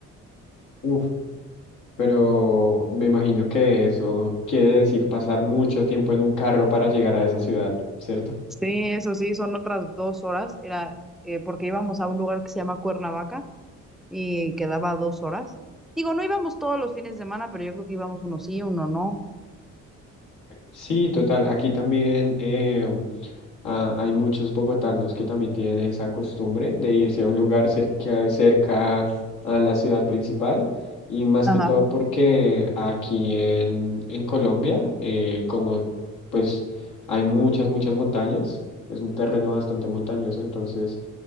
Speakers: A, on the left (about 80°); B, in the centre.
A: Uf, pero me imagino que eso quiere decir pasar mucho tiempo en un carro para llegar a esa ciudad, ¿cierto?
B: Sí, eso sí, son otras dos horas. Era eh, porque íbamos a un lugar que se llama Cuernavaca y quedaba a dos horas. Digo, no íbamos todos los fines de semana, pero yo creo que íbamos uno sí, uno no.
A: Sí, total. Aquí también em, ah, hay muchos bogotanos que también tienen esa costumbre de irse a un lugar cerca, cerca a la ciudad principal y más
B: Ajá.
A: que todo porque aquí en, en Colombia, eh, como pues hay muchas, muchas montañas, es un terreno bastante montañoso, entonces